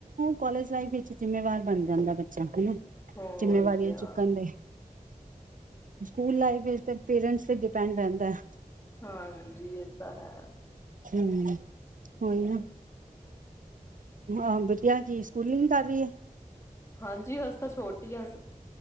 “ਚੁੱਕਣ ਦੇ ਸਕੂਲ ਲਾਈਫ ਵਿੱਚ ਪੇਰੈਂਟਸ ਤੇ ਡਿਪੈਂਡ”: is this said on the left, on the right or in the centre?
Right